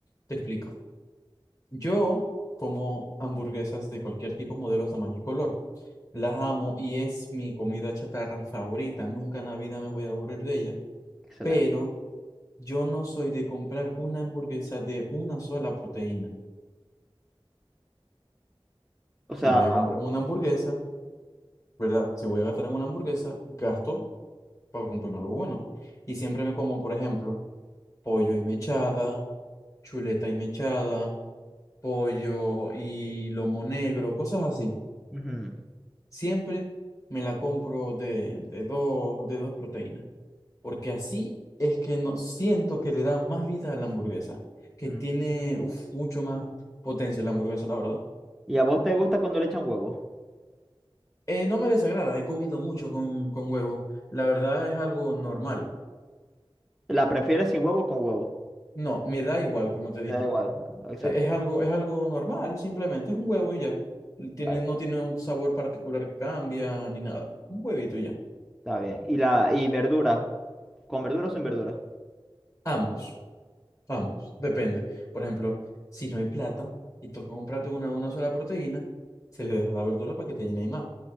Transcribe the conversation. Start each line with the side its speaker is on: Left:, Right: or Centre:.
Left: te explico. Yo como hamburguesas de cualquier tipo, modelo, tamaño y color. Las amo y es mi comida chatarra favorita. Nunca en la vida me voy a aburrir de ella.
Centre: Excelente.
Left: Pero yo no soy de comprar una hamburguesa de una sola proteína.
Centre: O sea...
Left: Si voy a comprar una hamburguesa, ¿verdad? Si voy a gastar en una hamburguesa, gasto para comprarme algo bueno. Y siempre me como, por ejemplo, pollo y mechada, chuleta y mechada. pollo y lomo negro, cosas así.
Centre: ujú,
Left: Siempre me la compro de, de dos, de dos proteínas, porque así es que no, siento que le da más vida a la hamburguesa, que
Centre: ujú.
Left: tiene uf, mucho más potencia la hamburguesa, la verdad.
Centre: ¿Y a vos te gusta cuando le echan huevo?
Left: Eh, no me desagrada, he comido mucho con, con huevo. La verdad es algo normal.
Centre: ¿La prefieres sin huevo o con huevo?
Left: No, me da igual, como te dije.
Centre: Te Da igual. no, Exacto.
Left: E- Es, algo, es algo normal, simplemente es un huevo y ya. Tiene,
Centre: Está bien.
Left: no tiene un sabor particular que cambia ni nada. Un huevito y ya.
Centre: Está bien. ¿Y la y verdura? ¿Con verdura o sin verdura?
Left: Ambos. Ambos, depende. Por ejemplo, si no hay plata y toca comprarte una de una sola proteína, se le deja la verdura para que te llene y más.